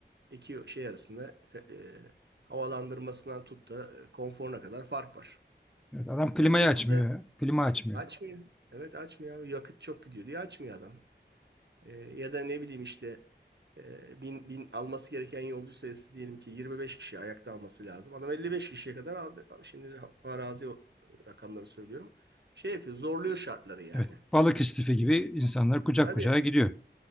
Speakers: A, on the right; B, in the centre.
A: İki şey arasında e, havalandırmasından tut da e, konforuna kadar fark var.
B: Evet, adam klimayı
A: E, minibüsler
B: açmıyor. Klima açmıyor.
A: açmıyor. Evet açmıyor abi. Yakıt çok gidiyor diye açmıyor adam. E, ya da ne bileyim işte e, bin, bin alması gereken yolcu sayısı diyelim ki 25 kişi ayakta alması lazım. Adam 55 kişiye kadar aldı. Şimdi farazi o- rakamları söylüyorum. Şey yapıyor zorluyor şartları yani.
B: Evet, balık istifi gibi insanlar kucak
A: Tabii
B: kucağa gidiyor.